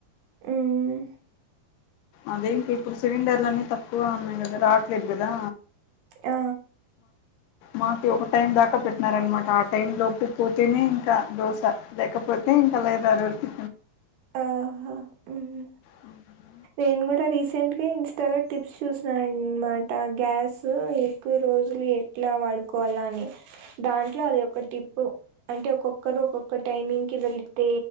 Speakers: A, on the right (about 70°); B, on the left (about 80°).
A: మ్ముఁ
B: అదేంటి ఇప్పుడు సిలిండర్లు అన్నీ తక్కువ ఉన్నాయి కదా రావట్లేదు కదా?
A: ఆ
B: మాకు ఒక టైం దాకా పెట్టినార అన్నమాట ఆ టైమ్ లోపు పోతేనే ఇంకా దోశ లేక పోతే ఇంక లేదు ఆరోజు
A: ఆహా మ్మ్
B: అవునా
A: నేను గూడా రీసెంట్గా ఇన్స్టాలో టిప్స్ చూసిన అన్మాట గ్యాస్ ఎక్కువ రోజులు ఎట్లా వాడుకోవాలని, దాంట్లో అది ఒక టిప్పు. అంటే ఒక్కొక్కరు ఒక్కొక్క టైమింగ్ కి వెళ్తే